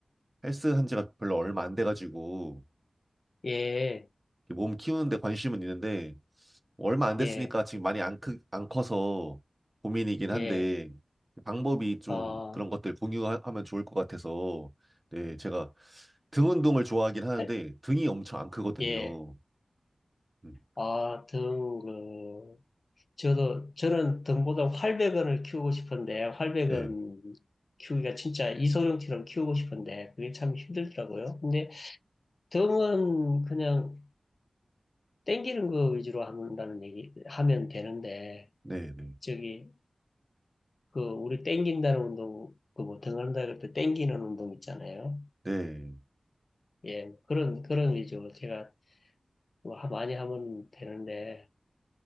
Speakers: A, on the right; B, on the left.
A: 헬스 한 지가 별로 얼마 안 돼가지고
B: 예.
A: 이렇게 몸 키우는데 관심은 있는데 얼마 안 됐으니까
B: 예.
A: 지금 많이 안 크, 안 커서 고민이긴 한데
B: 예.
A: 방법이 좀
B: 아,
A: 그런 것들 공유하면 좋을 것 같아서 네, 제가 등 운동을 좋아하긴 하는데
B: 해-
A: 등이 엄청 안 크거든요.
B: 예.
A: 음,
B: 아, 등, 그, 저도, 저는 등보다 활백은을 키우고 싶은데, 활백은
A: 네,
B: 키우기가 진짜 이소룡처럼 키우고 싶은데, 그게 참 힘들더라고요. 근데 등은 그냥 땡기는 거 위주로 한다는 얘기, 하면 되는데,
A: 네, 네.
B: 저기, 그, 우리 땡긴다는 운동, 그 뭐, 등한다 그럴 때 땡기는 운동 있잖아요.
A: 네.
B: 예, 그런, 그런 위주로 제가 뭐 하- 많이 하면 되는데,